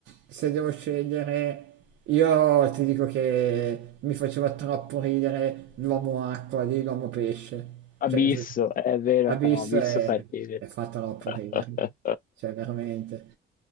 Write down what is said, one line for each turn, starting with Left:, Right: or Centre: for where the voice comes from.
Right: se devo scegliere io ti dico che mi faceva troppo ridere l'uomo acqua di l'uomo pesce,
Left: Abisso,
Right: cioè mi fa-
Left: è vero,
Right: Abyss
Left: no, Abisso
Right: è,
Left: fa ridere.
Right: è fa troppo
Left: <laughs>
Right: ridere, cioè veramente.